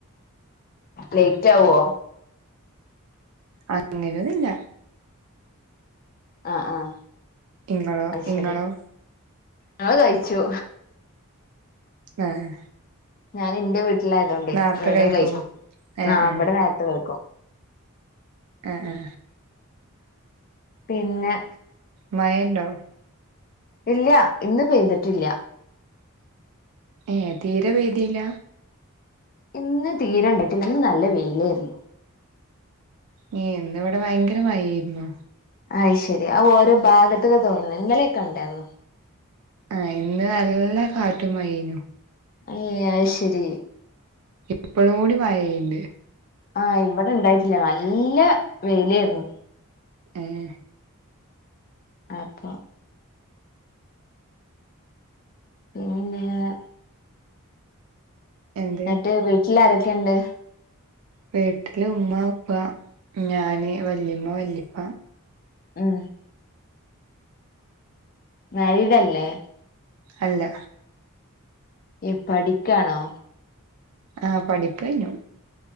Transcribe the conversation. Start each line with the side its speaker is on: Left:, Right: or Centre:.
Left: ലെയ്റ്റ് ആവോ?
Right: അങ്ങനൊന്നില്ല
Left: ആഹ് ആഹ്
Right: ഇങ്ങളോ
Left: അയ്ശരി
Right: ഇങ്ങളോ
Left: ഇങ്ങള് കഴിച്ചു
Right: ആഹ്
Left: ഞാന് ഇന്റെ വീട്ടില് ആയതോണ്ടേ
Right: നേർത്തെ
Left: വേഗം
Right: കഴിക്കോ
Left: കഴിക്കും
Right: ഏഹ്
Left: ആഹ്
Right: ഏഹ്
Left: ഇവടെ നേരത്തെ കഴിക്കും
Right: ആഹ് ആഹ്
Left: പിന്നെ?
Right: മഴ ഇണ്ടോ?
Left: ഇല്ല്യ ഇന്ന് പെയ്തിട്ടില്ല
Right: ഏഹേ തീരെ പെയ്തീല്ല?
Left: ഇന്ന് തീരെ ഇണ്ടായിട്ടില്ല ഇന്ന് നല്ല വെയിലേര്ന്ന്
Right: ഏഹേ ഇന്ന് ഇവടെ ഭയങ്കര മഴേരുന്നു
Left: അഹ്ശരി അത് ഓരോ ഭാഗത്ത്ക്കാ തോന്നുണ് ഇന്നലൊക്കെ ഇണ്ടേരുന്നു
Right: ഏഹ് ഇന്ന് നല്ല കാറ്റും മഴേനു
Left: ഏഹ് അയ്ശരി
Right: ഇപ്പഴും കൂടി മഴ പെയ്യിണ്ട്
Left: ആഹ് ഇവടെ ഇണ്ടായിട്ടില്ല നല്ല വെയിലേരുന്നു
Right: ഏഹേ
Left: അപ്പൊ ഇവടെ ഇന്ന്ങ്ങനെ
Right: എന്ത്
Left: ഇന്നെട്ട് വീട്ടില് ആരക്കെണ്ട്?
Right: വീട്ടില് ഉമ്മ, ഉപ്പ, ഞാന് വല്ലിമ്മ വല്ലിപ്പ
Left: ഉം മാരീഡല്ലേ?
Right: അല്ല
Left: യ് പഠിക്കാണോ
Right: ആഹ പഠിപ്പയ്ഞ്ഞു